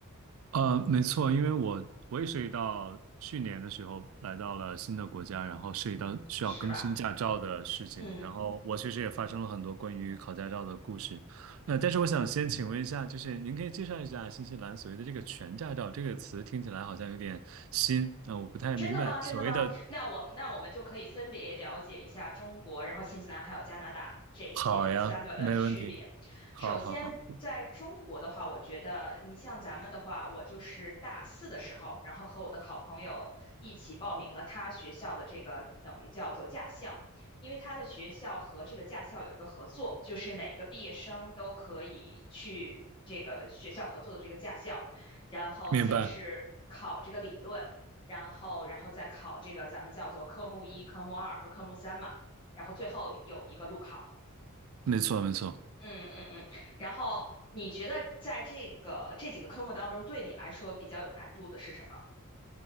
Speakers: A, on the right; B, on the left.
A: 呃，没错，因为我我也涉及到去年的时候来到了新的国家，然后涉及到需要更新驾照的事情，
B: 是吧？嗯。
A: 然后我确实也发生了很多关于考驾照的故事。呃，但是我想先请问一下，就是您可以介绍一下新西兰所谓的这个全驾照这个词，听起来好像有点新，那、我不太明白所谓的。
B: 真的吗？真的吗？那我们那我们就可以分别了解一下中国，然后新西兰还有加拿大这些三个的区别。
A: 好呀，没问题。好好好，
B: 首先，在中国的话，我觉得你像咱们的话，我就是大四的时候，然后和我的好朋友一起报名了他学校的这个等于叫做驾校，因为他的学校和这个驾校有一个合作，就是每个毕业生都可以去这个学校合作的这个驾校，然后先是考这个理论。
A: 明白，
B: 然后然后再考这个咱们叫做科目一、科目二和科目三嘛，然后最后有一个路考。
A: 没错没错。
B: 嗯嗯嗯，然后你觉得在这个这几个科目当中，对你来说比较有难度的是什么？